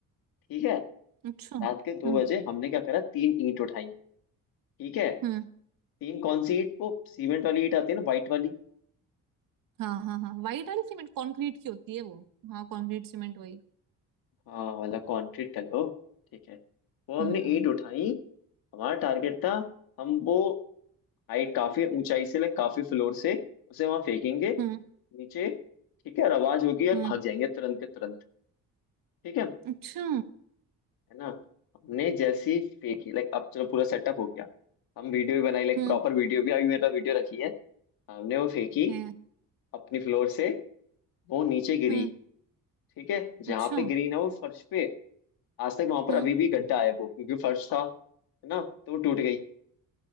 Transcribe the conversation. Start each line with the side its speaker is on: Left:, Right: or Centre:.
Left: ठीक है
Right: अच्छा हम्म
Left: रात के दो बजे हमने क्या करा तीन ईंट उठाई ठीक है
Right: हम्म
Left: तीन कौन सी ईंट वो सीमेंट वाली ईंट आती है ना व्हाइट वाली
Right: हाँ हाँ हाँ वाइट वाली सीमेंट कंक्रीट की होती है वो हाँ कंक्रीट सीमेंट वही
Left: हाँ वाला कंक्रीट कर लो ठीक है वो हमने
Right: हम्म
Left: ईंट उठाई हमारा टारगेट था हम वो हाइट काफी ऊंचाई से लाइक काफी फ्लोर से उसे वहां फेंकेंगे
Right: हम्म
Left: नीचे ठीक है और आवाज होगी और
Right: हम्म
Left: भाग जाएंगे तुरंत के तुरंत ठीक है है
Right: अच्छा
Left: ना हमने जैसी फेंकी लाइक अब चलो पूरा सेटअप हो गया हम वीडियो भी बनाई लाइक
Right: हम्म
Left: प्रॉपर वीडियो भी अभी मेरे पास वीडियो रखी है हमने वो फेंकी
Right: है,
Left: अपनी फ्लोर से वो नीचे गिरी
Right: हम्म
Left: ठीक है जहां
Right: अच्छा
Left: पे गिरी ना वो फर्श पे आज तक वहां पर
Right: हम्म
Left: अभी भी गड्ढा है वो क्योंकि फर्श था है ना तो वो टूट गई